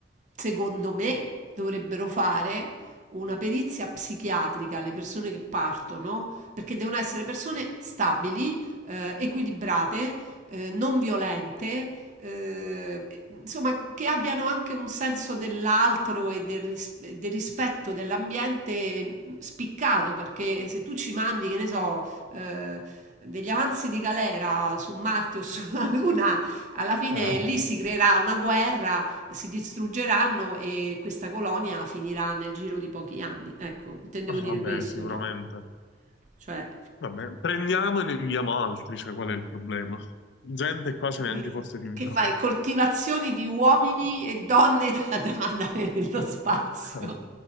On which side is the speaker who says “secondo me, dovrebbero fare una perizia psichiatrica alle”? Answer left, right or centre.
Right